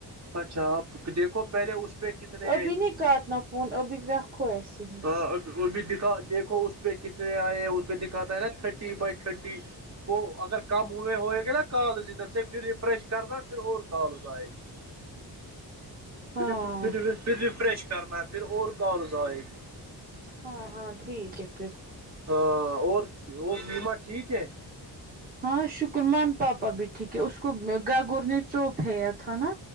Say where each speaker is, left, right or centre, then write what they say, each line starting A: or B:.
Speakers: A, on the right; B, on the right.
A: اچھا آپ دیکھو پہلے اس پہ کتنے
B: ابھی نہیں کاٹنا فون ابھی رکھو ایسے ہی
A: ہاں اور بھی دکھا دیکھو اس پہ کتنے آئے اس پہ دکھاتا ہے نا تھرٹی بائی تھرٹی وہ اگر کم ہوئے ہوئے گے نا کال ادھر سے پھر ریفریش کرنا پھر اور کغز آئے گی
B: ہاں
A: ھر پھر ریفریش کرنا پھر اور کالز آئے گی
B: ہاں ہاں ٹھیک ہے پھر
A: ہاں اور اور بیمہ ٹھیک ہے
B: ہاں شکر من پاپا بھی ٹھیک ہے اس کو گاگور نے چوپیا تھا نا